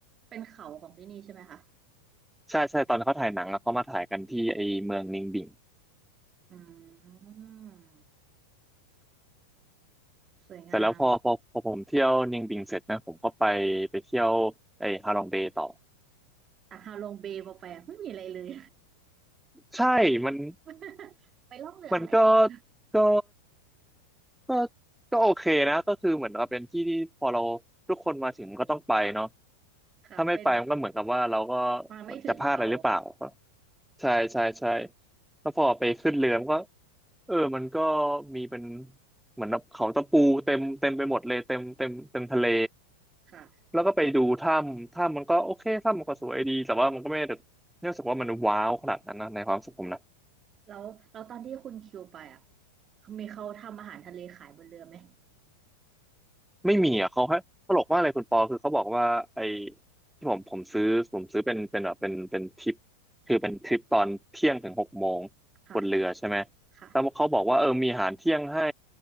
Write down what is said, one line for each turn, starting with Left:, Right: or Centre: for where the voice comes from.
Right: เป็นเขาของที่นี่ใช่ไหมคะ
Centre: ใช่ใช่ตอนเขาถ่ายหนังอะเขามาถ่ายกันที่ไอ้เมืองนิงบิง
Right: อืมสวยงาม
Centre: เสร็จแล้วพอพอพอผมเที่ยวนิงบิงเสร็จนะผมก็ไปไปเที่ยวไอ้ฮาลองเบย์ต่อ
Right: อ่ะฮาลงเบย์พอไปอะไม่มีอะไรเลย
Centre: ใช่มัน
Right: <laughs> ไปล่องเรืออะไรก่อน
Centre: มันก็ก็ ก็ก็โอเคนะก็คือเหมือนกับเป็นที่ที่พอเราทุกคนมาถึงก็ต้องไปเนาะ
Right: ค่ะเป็น
Centre: ถ้าไม่ไปมันก็เหมือนกับว่าเราก็
Right: มาไม่ถึงเขา
Centre: จะพลาดอะไรหรือเปล่าใช่ใช่ใช่แล้วพอไปขึ้นเรือมันก็เออมันก็มีเป็นเหมือนเขาตะปูเต็มเต็มไปหมดเลยเต็มเต็มเต็มทะเล
Right: ค่ะ
Centre: แล้วก็ไปดูถ้ำถ้ำมันก็โอเคถ้ำมันก็สวยดีแต่ว่ามันก็ไม่ได้ไม่รู้สึกว่ามันว้าวขนาดนั้นนะในความรู้สึกผมนะ
Right: แล้วแล้วตอนที่คุณคิวไปอ่ะมีเขาทำอาหารทะเลขายบนเรือไหม
Centre: ไม่มีอ่ะเขาให้ตลกมากเลยคุณปอคือเขาบอกว่าไอ้ที่ผมผมซื้อผมซื้อเป็นเป็นแบบเป็นเป็นทริปคือเป็นทริปตอนเที่ยงถึงหกโมง
Right: ค่ะ
Centre: บนเรือใช่ไหม
Right: ค่ะ
Centre: แล้วเขาบอกว่าเออมีอาหารเที่ยงให้